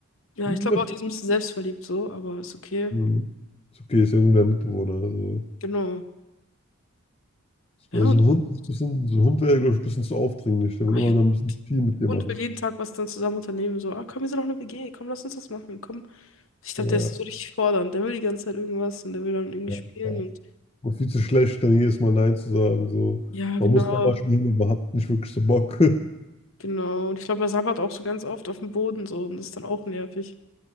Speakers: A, on the left (about 60°); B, on the left (about 25°).
A: ja,
B: man
A: ich glaube auch,
B: kann,
A: die ist ein bisschen selbstverliebt so, aber ist okay.
B: hm. ist okay, ist ja nur der Mitbewohner. Also.
A: Genau. Ja,
B: Weil
A: und
B: so ein
A: auch
B: Hund
A: Hund
B: ist ein bisschen, so ein Hund wäre, glaube ich, ein bisschen zu aufdringlich. Der
A: Ah
B: will immer
A: ja.
B: noch ein bisschen zu viel mit dir
A: Hund
B: machen.
A: will jeden Tag was dann zusammen unternehmen, so, ah, komm, wir sind auch eine WG, komm, lass uns das machen, komm. Ich glaube,
B: Ja,
A: der ist so richtig fordernd, der will die ganze Zeit irgendwas und der will dann irgendwie
B: ja,
A: spielen
B: ja.
A: und
B: Und viel zu schlecht, dann jedes Mal Nein zu sagen. So.
A: ja,
B: Man
A: genau.
B: muss da manchmal hin, aber hat nicht wirklich so Bock. <laughs>
A: Genau. Und ich glaube, er sabbert auch so ganz oft auf dem Boden so und das ist dann auch nervig.